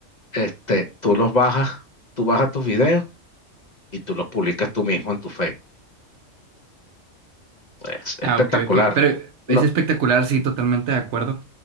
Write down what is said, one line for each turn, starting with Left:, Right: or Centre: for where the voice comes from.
Left: este, tú los bajas, tú bajas tus videos y tú los publicas tú mismo en tu Facebook. Es espectacular.
Right: Ah, ok, ok. Pero
Left: No,
Right: es espectacular, sí, totalmente de acuerdo.